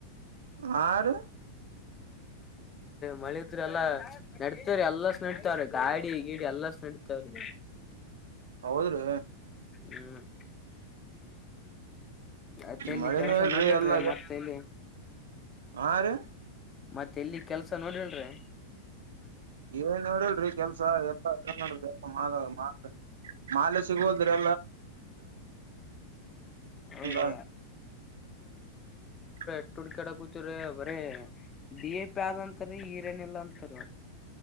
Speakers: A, on the right; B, on the left.
A: ಹಾರಿ.
B: ಮಳಿದ್ರ ಅಲ್ಲಾ ನಡ್ತರಿ ಎಲ್ಲಾಸ್ ನಡಿತ್ವರಿ ಗಾಡಿ ಗೀಡಿ ಎಲ್ಲಾಸ್ ನಡೀತ್ವರಿ.
A: ಹೌದ್ರೀ
B: ಹ್ಮ್ ಮತ್ತೆ ಎಲ್ಲಿ
A: ಮಳೆನೆ
B: ಕೆಲ್ಸ
A: ಇಲ್ರೀ
B: ನೋಡಿಲ್ರಿ
A: ಎಲ್ಲಾ
B: ಮತ್ತೆ ಎಲ್ಲಿ
A: ಹಾ ರೀ
B: ಮತ್ತೆ ಎಲ್ಲಿ ಕೆಲ್ಸ ನೋಡಿಲ್ರೀ.
A: ಏನ್ ನೋಡಿಲ್ರಿ ಕೆಲ್ಸ ಎಲ್ಲ ನೋಡ್ರಿ ಕೆಲ್ಸ ಮಾ ಮಾಲ್ ಮಾ ಮಾಲೆ ಸಿಗುವದ್ರಿ
B: ಅವ್ರಿ
A: <unintelligible>
B: ಎಹುಡುಕ್ಯಡತಿವಿರಿ ಬರಿ ಬೀಪಿ ಆದ ಅಂತ ರಿಏನ್ ಇಲ್ಲ ಅಂತರಿ.